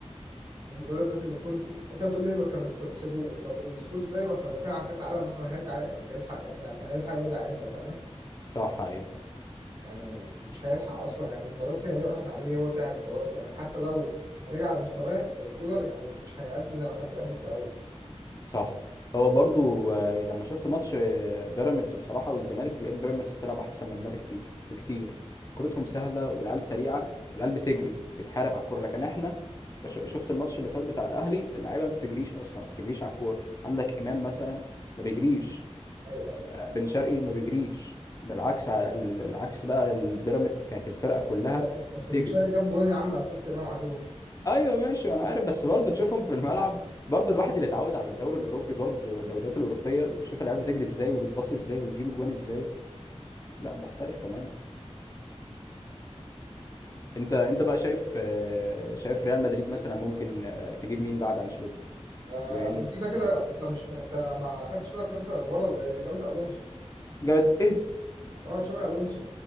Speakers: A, on the right (about 35°); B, on the left (about 30°).
A: المدرب لازم يكون انت بتقول لي ما كانوا يخ- يسيبوه طب يسيبوه ازاي واحنا داخلين على كاس عالم مثلا هيرجع يلحق يعني هيلحق يرجع امتى فاهم
B: صح ايه
A: يعني مش هيلحق اصلا يعني خلاص كده هي راحت عليه هو تعب خلاص يعني حتى لو رجع على مستواه كولر يعني مش هيأدي زي ما كان بيأدي في الاول
B: صح هو برضو آه، لما شفت ماتش آه، بيراميدز بصراحه والزمالك لقيت بيراميدز بتلعب احسن مننا بكتير بكتير كرتهم سهله والعيال سريعه والعيال بتجري بت- بتحارب على الكوره لكن احنا بش- شفت الماتش اللي فات بتاع الاهلي اللعيبه ما بتجريش اصلا ما بتجريش على الكوره عندك امام مثلا ما بيجريش
A: ايوه ايوه
B: بن شرقي ما بيجريش بالعكس ع- العكس بقى البيراميدز كانت الفرقه كلها
A: لا، بس
B: بتجري
A: بن شرقي جاب جون يا عم اسيست امام عاشور
B: ايوه ماشي انا عارف بس برضه تشوفهم في الملعب برضه الواحد اللي اتعود على الدوري الاوروبي برضه الدوريات الاوروبيه ويشوف العيال بتجري ازاي وبتباصي ازاي وبتجيب اجوان ازاي لا مختلف تمام انت انت بقى شايف آه، شايف ريال مدريد مثلا ممكن آه، تجيب مين بعد انشيلوتي
A: آه
B: بما انك
A: كده كده
B: بتشجع
A: انت مش انت ما خدتش بالك من اخر الاخبار ولا ايه اللي جابت الونسو
B: جابت ايه
A: اه تشابي الونسو